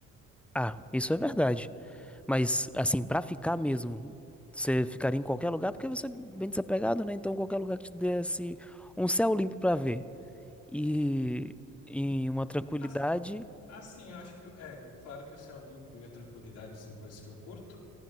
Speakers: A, in the centre; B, on the left.
A: ah, isso é verdade. Mas, assim, pra ficar mesmo, você ficaria em qualquer lugar porque você é bem desapegado, né? Então, qualquer lugar que te desse um céu limpo pra ver e, e uma tranquilidade.
B: Mas, assim, eu acho que, é, claro que o céu limpo e a tranquilidade são coisas que eu curto,